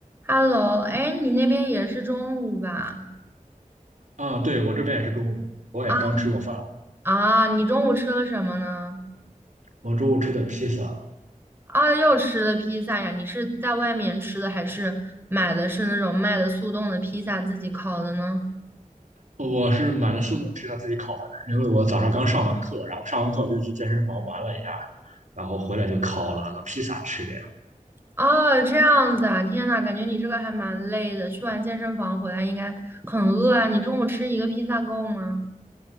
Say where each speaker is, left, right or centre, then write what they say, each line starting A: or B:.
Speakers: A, on the right (about 15°); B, on the right (about 60°).
A: Hello，哎，你那边也是中午吧？
B: 啊，对，我这边也是中午，我也刚吃过饭，
A: 啊啊，你中午吃了什么呢？
B: 我中午吃的披萨，
A: 啊，又吃了披萨呀？你是在外面吃的，还是买的是那种卖的速冻的披萨自己烤的呢？
B: 我是买的速冻披萨自己烤的，因为我早上刚上完课，然后上完课就去健身房玩了一下，然后回来就烤了个披萨吃这样。
A: 哦，这样子啊，天呐，感觉你这个还蛮累的，去完健身房回来应该很饿啊。你中午吃一个披萨够吗？